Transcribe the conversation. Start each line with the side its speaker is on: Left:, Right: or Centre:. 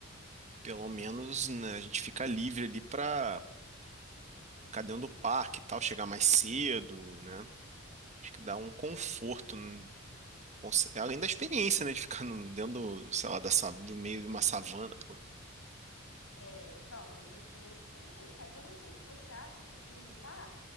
Right: pelo menos, né, a gente fica livre ali para ficar dentro do parque e tal, chegar mais cedo, né? Acho que dá um conforto, né? Conse- além
Left: Sim,
Right: da experiência, né, de ficar num- dentro, do, sei lá, da, sa- do meio de uma savana, pô.
Left: é, então, ainda tem essa experiência. Aí eu não sei o que você acha, eu ia te perguntar.